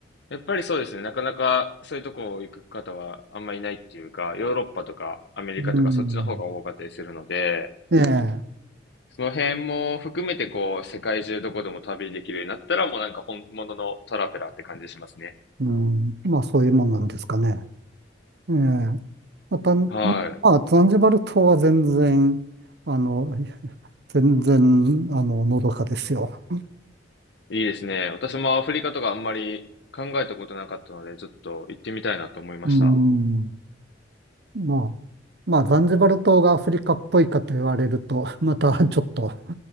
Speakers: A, on the left; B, on the right.
A: やっぱりそうですね。なかなかそういうとこ行く方はあんまいないっていうか、ヨーロッパとかアメリカとかそっちの方が多かったりするので、
B: うん。ええ、
A: その辺も含めてこう、世界中どこでも旅できるようになったらもうなんか本物のトラベラーって感じしますね。
B: うん。まあ、そういうもんなんですかね。ええ。また、ま
A: は
B: あ、ザンジバル島は全然、あの、全然、あの、のどかですよ。
A: い。いいですね。私もアフリカとかあんまり考えたことなかったので、ちょっと行ってみたいなと思いました。
B: うーん。まあ、まあ、ザンジバル島がアフリカっぽいかと言われると、<laughs> またちょっと、